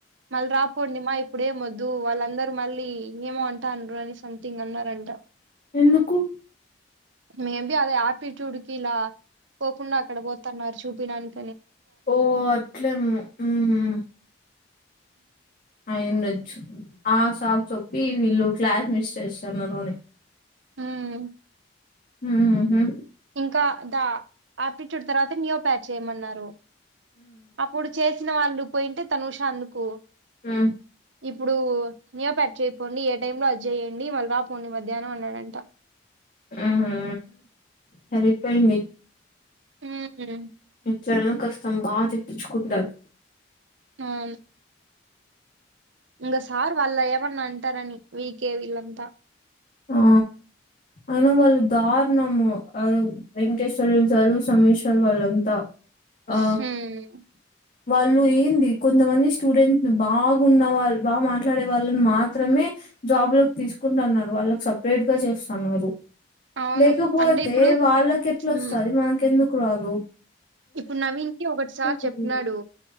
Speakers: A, on the right; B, on the left.
A: మళ్ళీ రూపొండి ని మా ఇప్పుడేమ్ వొద్దు వాళ్ళందరుూ మళ్ళీ ఏమో అంటన్నారు అని సంథింగ్ అన్నారంట
B: ఎందుకు
A: మేం బి అదే హయాపిట్యూడ్ కి ఇలా పోకుండా అక్కడ పోతున్నారు చూపడానికి
B: ఓ అట్లమో ఉమ్ ఆ ఇందది ఆ సాక్ చొప్పి వీళ్ళు క్లాస్ మిస్ చేస్తున్నారు అని
A: హ్మ్
B: హ్మ్ హ్మ్
A: ఇంకా ద ఆపి ట్యూడ్ తర్వాత న్యో ప్యాచ్ చేయమన్నారు అప్పుడు చేసి చ్చిన వాళ్ళు పోయింటే తనుష అందుకు
B: ఆ
A: ఇప్పుడు నేఒపట్ చేయిపోండి ఏ టైమ్ లో అజ చేయ్యడి మళ్ళీ రాపోండి మధ్యాహ్నం అన్నాడంట
B: ఆహా సరిపోయింది
A: హ్మ్ హ్మ్
B: ఇట్లనా కస్తం బాగా తెప్పించుకుంటాారు
A: ఆవు ఇంగ సార్ వాళ్ళ ఏమాన్నా అంటారని వీకే వీలంతా
B: ఆ అయినా వాళ్ళు దారుణము వెంకటేశ్వర్ సారు సమీేశ్వర్ వాళ్ళంతా ఆ
A: హ్మ్
B: వాళ్ళు ఏంది కొంతమంది స్టూడెంట్స్ బాగున్న వాళ్ళు బాగా మా ట్లాడే వాళ్ళని మాత్రమే జాబ్ లోకి తీసుకుంటున్నారు వాళ్ళ సపరేట్ గా చేస్తన్నారు
A: అవును
B: లేకపోతే
A: అంటే ఇప్పుడు
B: వాళ్ళకి ఎట్లాొస్తుంది
A: ఉమ్,
B: మనక ఎందుకు క్లాదు
A: ఇప్పుడు నవీన్ కి ఒకటిసారి
B: తెలీదు
A: చెప్న్నాడు